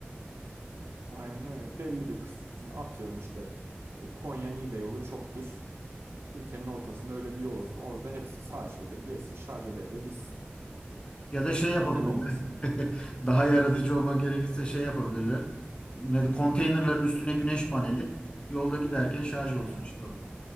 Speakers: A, on the right (about 75°); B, on the left (about 25°).
A: Aynen öyle. Belli bir kısmını atıyorum işte. Abi Konya-Niğde yolu çok düz. Ülkenin ortasında öyle bir yol olsun. Orada hepsi sağ şeride gelsin şarj ede de gitsin.
B: Ya da şey yapabilirler.
A: Neden olmasın yani.
B: <laughs> Daha yaratıcı olmak gerekirse şey yapabilirler. Ne, konteynerların üstüne güneş paneli. Yolda giderken şarj olsun
A: Ya,
B: işte orada.